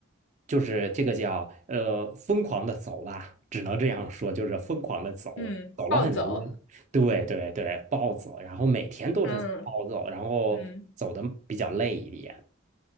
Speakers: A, on the right; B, on the left.
A: 就是这个叫呃疯狂的走吧，只能这样说，就是疯狂的走，
B: 嗯，
A: 走了很多，
B: 暴走。
A: 对对对，暴走，然后每天都是暴走，
B: 嗯
A: 然后走的比较累一点，
B: 嗯